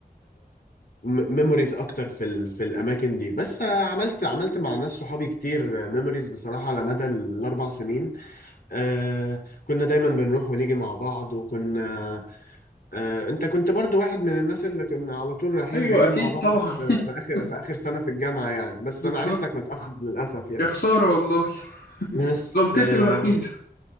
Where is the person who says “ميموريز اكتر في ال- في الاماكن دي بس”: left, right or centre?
Left